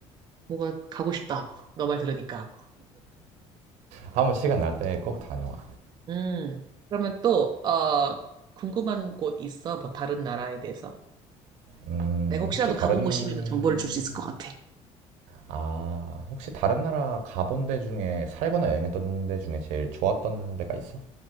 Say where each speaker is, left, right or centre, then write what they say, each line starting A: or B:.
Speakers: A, on the right; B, on the right.
A: 뭔가 가고 싶다. 너 말 들으니까.
B: 한번 시간 날 때 꼭 다녀와.
A: 음. 그러면 또, 어, 궁금한 곳 있어? 뭐 다른 나라에 대해서?
B: 음,
A: 내가 혹시라도
B: 혹시 다른
A: 가본 곳이면 정보를 줄 수 있을 것 같아.
B: 아, 혹시 다른 나라 가본 데 중에 살거나 여행했던 데 중에 제일 좋았던 데가 있어?